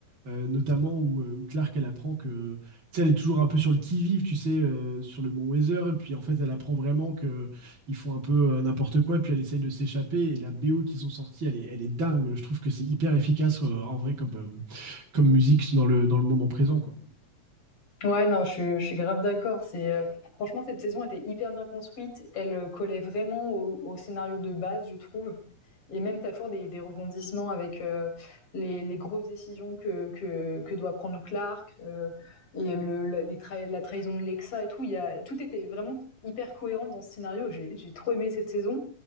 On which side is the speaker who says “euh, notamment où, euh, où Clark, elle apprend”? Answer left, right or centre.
Right